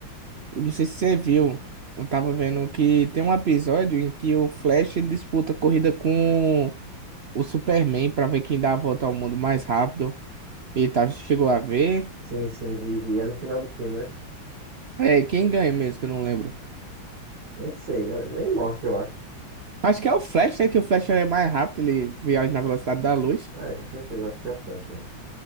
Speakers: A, on the right (about 65°); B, on the right (about 50°).
A: Eu não sei se você viu. Eu tava vendo que tem um episódio em que o Flash ele disputa corrida com o Superman pra ver quem dá a volta ao mundo mais rápido. E tá, chegou a ver.
B: Sim, sim, vi, vi. É no final do filme, né?
A: É, quem ganha mesmo, que eu não lembro.
B: Nem sei, eu- nem mostra, eu acho.
A: Acho que é o Flash, né? Que o Flash é mais rápido, ele viaja na velocidade da luz.
B: É, com certeza, eu acho que é o Flash mesmo.